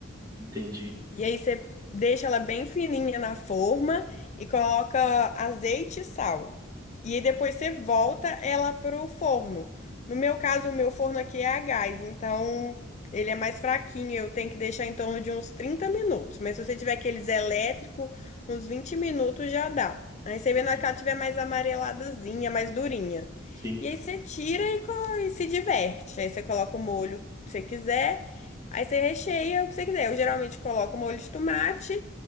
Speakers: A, on the right (about 20°); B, on the left (about 35°).
A: Entendi.
B: E aí você deixa ela bem fininha na forma e coloca azeite e sal. E aí depois você volta ela pro forno. No meu caso, o meu forno aqui é a gás, então ele é mais fraquinho, eu tenho que deixar em torno de uns 30 minutos. Mas se você tiver aqueles elétrico, uns 20 minutos já dá. Aí você
A: Entendi.
B: vê na hora que ela tiver mais amareladazinha, mais durinha.
A: Sim.
B: E aí você tira e, co- e se diverte. Aí você coloca o molho que você quiser. Aí você recheia o que você quiser. Eu geralmente coloco molho de tomate,